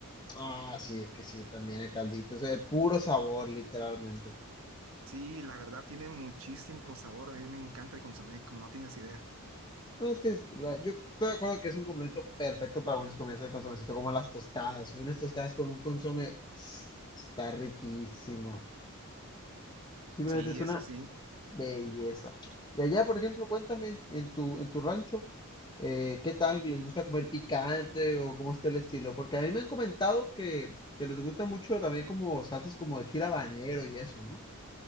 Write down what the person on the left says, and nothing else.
Ah, sí, es que sí, también el caldito, es el puro sabor, literalmente.
No, es que es la- yo estoy de acuerdo que es un complemento perfecto para muchas comidas de consomecito, como las tostadas. Unas tostadas con un consome está riquísimo. Simplemente
es una
belleza. Y allá, por ejemplo, cuéntame, en tu, en tu rancho, eh, ¿qué tal? ¿Les gusta comer picante o cómo está el estilo? Porque a mí me han comentado que, que les gusta mucho también como salsas como de chile habanero y eso, ¿no?